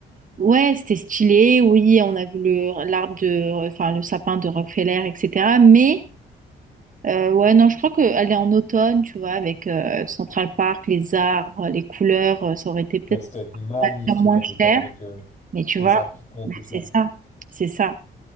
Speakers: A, on the right; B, on the left.
A: Ouais, c'était stylé. Oui, on a vu le l'arbre de, enfin le sapin de Rockefeller, etc. Mais euh, ouais, non, je crois que aller en automne, tu vois, avec euh, Central Park, les arbres, les couleurs, euh, ça aurait été peut-être
B: Ouais, ça doit être magnifique
A: va faire moins
B: en automne
A: cher,
B: avec euh,
A: mais tu
B: les
A: vois,
B: arbres qui tombent
A: mais
B: et tout.
A: c'est ça, c'est ça.